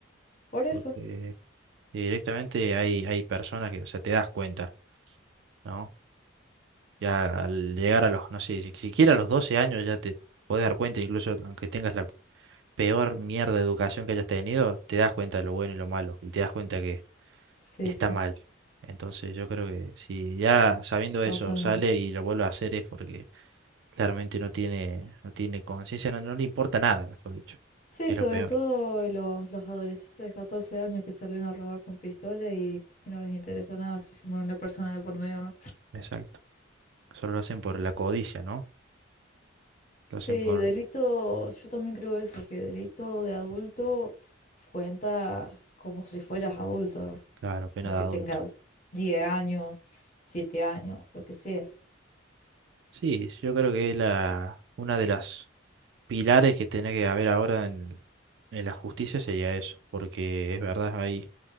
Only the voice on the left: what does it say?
Por eso,
sí,
sí,
totalmente.
Sí,
sobre
todo los, los adolescentes de 14 años que salen a robar con pistola y, y no les interesa nada si se muere una persona de por medio o no.
Sí,
delito, yo también creo eso, que delito de adulto cuenta como si fueras adulto. ¿no?
aunque
tenga 10 años, 7 años, lo que sea.